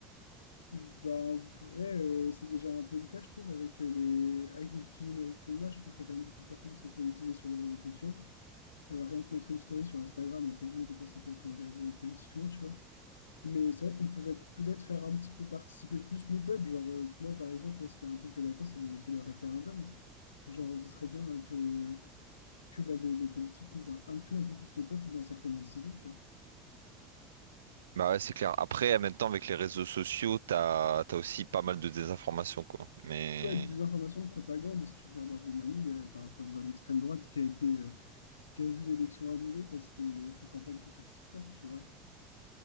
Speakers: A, on the left (about 90°); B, on the right (about 85°).
A: Bah, en vrai, euh, c'est déjà un peu le cas, je trouve, avec euh, les, avec les outils numériques qu'on a. Je trouve qu'il y a quand même beaucoup de personnes qui sont politisées sur les réseaux sociaux. Euh, rien que mettre une story sur Instagram, entre guillemets, des fois, ça peut être engagé politiquement, tu vois. Mais c'est vrai qu'on pourrait peut-être faire un petit peu participer plus le peuple. Genre, euh, moi, par exemple, là, ce qu'il y a un truc que j'attends, c'est le, c'est le référendum. Genre, ce serait bien euh, que, que bah, les, les politiques nous in- incluent un peu plus le peuple dans certaines décisions, tu vois.
B: Bah ouais, c'est clair. Après, en même temps, avec les réseaux sociaux, t'as, t'as aussi pas mal de désinformation, quoi. Mais
A: Ouais, de désinformation, de propagande. Si tu regardes en Roumanie, tu as un président d'extrême droite qui a été euh, qui a vu l'élection annulée parce qu'il avait fait campagne que sur TikTok, tu vois.